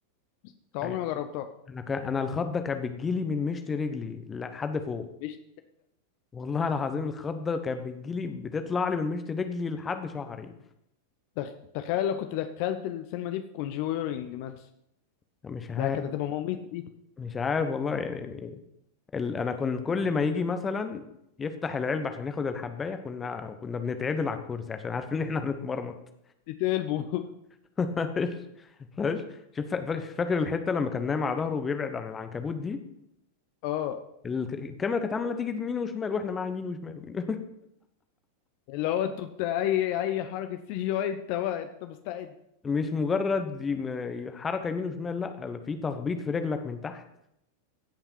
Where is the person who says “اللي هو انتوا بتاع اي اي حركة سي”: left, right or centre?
Left